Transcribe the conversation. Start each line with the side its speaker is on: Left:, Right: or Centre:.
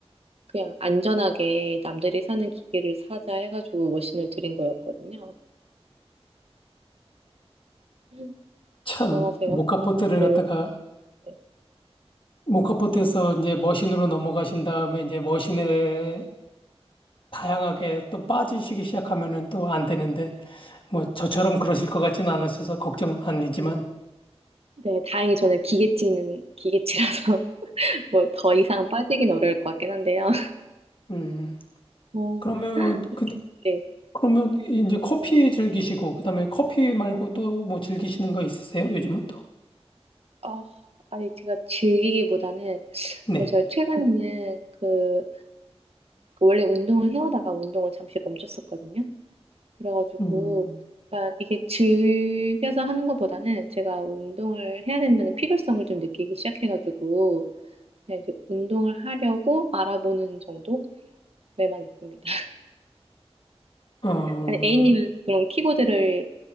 Right: 그냥 안전하게 남들이 사는 기계를 사자 해가지고 머신을 들인 거였거든요. 음.
Left: 참,
Right: 대단하세요.
Left: 모카포트를
Right: 네.
Left: 갖다가,
Right: 네,
Left: 모카포트에서 이제 머신으로 넘어가신 다음에 이제 머신에 다양하게 또 빠지시기 시작하면은 또 안 되는데, 뭐 저처럼 그러실 것 같진 않으셔서 걱정은 아니지만,
Right: 네, 다행히 저는 기계치는 기계치라서 <laughs> 뭐 더 이상 빠지긴 어려울 것 같긴 한데요.
Left: 음,
Right: 어,
Left: 그러면,
Right: <laughs>
Left: 그,
Right: 네.
Left: 그러면 이제 커피 즐기시고, 그 다음에 커피 말고 또 뭐 즐기시는 거 있으세요? 요즘은 또?
Right: 아, 아니 제가 즐기기보다는
Left: 네.
Right: 어, 제가 최근에는 그 그 원래 운동을 해오다가 운동을 잠시 멈췄었거든요. 그래가지고
Left: 음,
Right: 약간 이게 즐겨서 하는 것보다는 제가 운동을 해야 된다는 필요성을 좀 느끼기 시작해가지고 그냥 이제 운동을 하려고 알아보는 정도에만 있습니다. <laughs>
Left: 어,
Right: 아니, A님은 그럼 키보드를